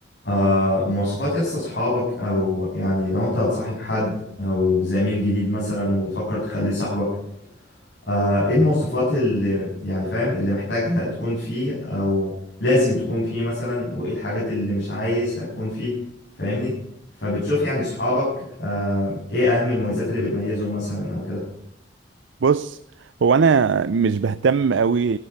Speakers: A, on the left; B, on the right.
A: آه مواصفات يس اصحابك او يعني لو انت هتصاحب حد او زميل جديد مثلا وبتفكر تخليه صاحبك آه ايه المواصفات اللي يعني فاهم اللي محتاجها تكون فيه او لازم تكون فيه مثلا وايه الحاجات اللي مش عايزها تكون فيه فاهمني فبتشوف يعني صحابك آه ايه اهم المميزات اللي بتميزهم مثلا او كده
B: بص هو انا مش بهتم قوي